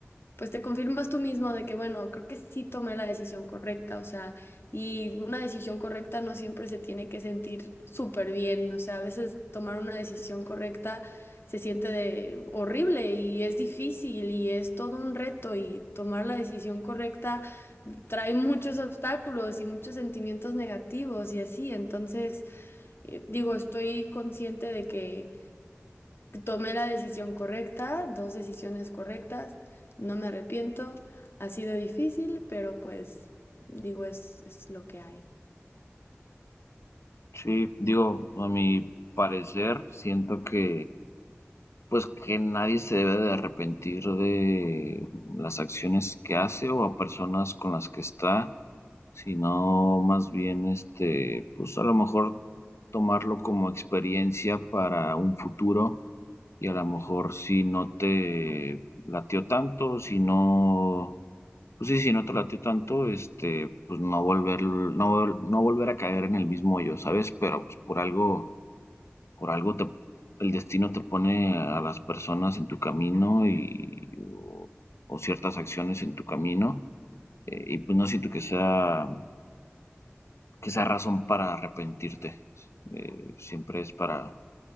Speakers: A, on the left; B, on the left.
A: pues te confirmas tú mismo de que, bueno, creo que sí tomé la decisión correcta, o sea, y una decisión correcta no siempre se tiene que sentir súper bien, o sea, a veces tomar una decisión correcta se siente de horrible y es difícil y es todo un reto y tomar la decisión correcta trae muchos obstáculos y muchos sentimientos negativos y así, entonces, eh, digo, estoy consciente de que tomé la decisión correcta, dos decisiones correctas, no me arrepiento, ha sido difícil, pero pues digo, es, es lo que hay.
B: Sí, digo, a mi parecer, siento que, pues, que nadie se debe de arrepentir de las acciones que hace o a personas con las que está. sino más bien, este, pues a lo mejor tomarlo como experiencia para un futuro y a lo mejor si no te latió tanto, si no, pues sí, si no te latió tanto, este, pues no volver, no, vol- no volver a caer en el mismo hoyo, ¿sabes? Pero pues por algo, por algo te, el destino te pone a las personas en tu camino y, o, o ciertas acciones en tu camino, eh, y pues no siento que sea que sea razón para arrepentirte. Eh, siempre es para,